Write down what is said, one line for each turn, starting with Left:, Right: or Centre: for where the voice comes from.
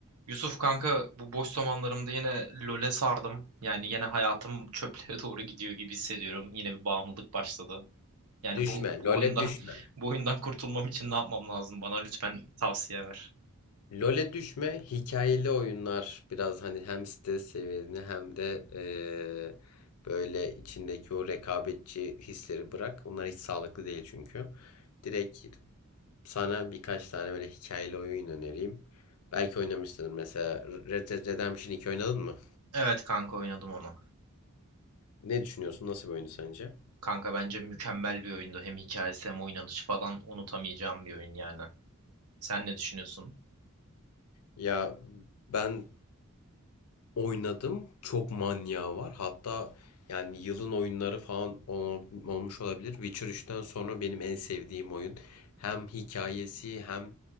Right: Yusuf kanka bu boş zamanlarımda yine LoL'e sardım. Yani yine hayatım <laughs> çöplüğe doğru gidiyor gibi hissediyorum. Yine bir bağımlılık başladı. Yani
Left: Düşme,
Right: bu bu
Left: LoL'e
Right: oyundan
Left: düşme.
Right: <laughs> bu oyundan kurtulmam için ne yapmam lazım? Bana lütfen tavsiye ver.
Left: LoL'e düşme, hikayeli oyunlar biraz hani hem stres seviyeni hem de eee, böyle içindeki o rekabetçi hisleri bırak. Onlar hiç sağlıklı değil çünkü. Direkt sana birkaç tane böyle hikayeli oyun önereyim. Belki oynamışsındır mesela Red Dead Redemption 2 oynadın mı?
Right: Evet kanka oynadım onu.
Left: Ne düşünüyorsun? Nasıl bir oyundu sence?
Right: Kanka bence mükemmel bir oyundu. Hem hikayesi hem oynanışı falan unutamayacağım bir oyun yani. Sen ne düşünüyorsun?
Left: Ya ben oynadım. Çok manyağı var. Hatta yani yılın oyunları falan ol- olmuş olabilir. Witcher üçten sonra benim en sevdiğim oyun. Hem hikayesi hem